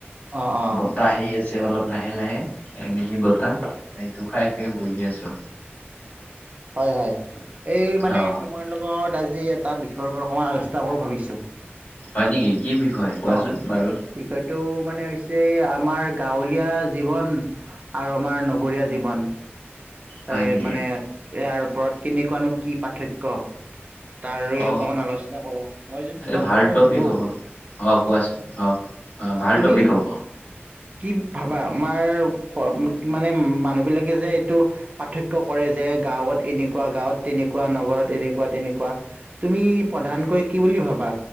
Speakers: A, on the right; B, on the left.
A: অ অ
B: বতাহ আহি আছে অলপ লাহে লাহে এই মিহি বতাহ এইটো খাই খাই বহি আছো
A: হয় হয় এই মানে
B: অ
A: তোমাৰ লগত আজি এটা বিষয়ৰ ওপৰত অকণমান আলোচনা কৰোঁ ভাবিছোঁ
B: হয় নেকি কি বিষয় কোৱাচোন
A: অ
B: বাৰু
A: বিষয়টো মানে হৈছে আমাৰ গাঁৱলীয়া জীৱন আৰু আমাৰ নগৰীয়া জীৱন
B: হয়
A: এই
B: নেকি
A: মানে ইয়াৰ ওপৰত কেনেকুৱানো কি পাৰ্থক্য তাৰে
B: অ
A: অকমান আলোচনা কৰো মই যদি
B: এই
A: তোমাক
B: ভাল
A: প্ৰথমে
B: টপিক
A: সুধো
B: হ'ব অ কোৱাচোন অ অ ভাল
A: তুমি
B: টপিক হ'ব
A: কি ভাবা আমাৰ মানে মানুহ বিলাকে যে এইটো পাৰ্থক্য কৰে যে গাঁৱত এনেকুৱা গাঁৱত তেনেকুৱা নগৰত এনেকুৱা তেনেকুৱা। তুমি প্ৰধানকৈ কি বুলি ভাবা